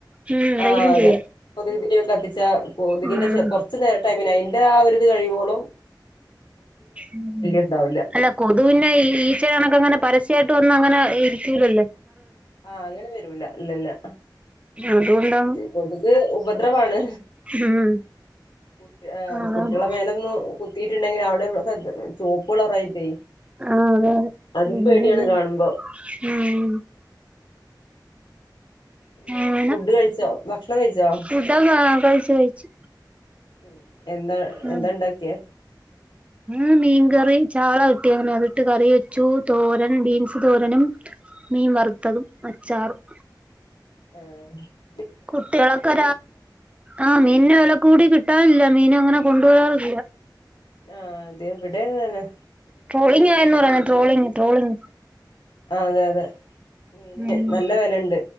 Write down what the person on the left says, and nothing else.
ആഹ അതെ
കൊതുക്തിരി ക്കെ കത്തിച്ച കൊതുകിൻ്റെ
കുറച്ച് ടൈമി അതിന്റെ ആ ഒരുരിത് കഴിവോളും
ഉണ്ടാവില്ല
ആഹ അങ്ങനെ വരൂല ഇല്ല ഇല്ല
കൊതുക് ഉപദ്രവാണ്
കു
കുട്ടികളെ മേലൊന്നന്ന് കുത്തിട്ടുണ്ടെങ്കിൽ അവിടെ ചോപ്പളറായിട്ടേ
അതും പേടിയാണ്
കാണുമ്പോ
പിന്ന
ഫുഡ് കഴിച്ചോ ഭക്ഷണം കഴിച്ചോ
ഉം എന്താ
എന്താ ഉണ്ടാക്കിയേ
ആഹ
ആഹ് ദേവിടേം എങ്ങനെയന്നെ
അതെ അതെ മീന്
നല്ല വിലണ്ട്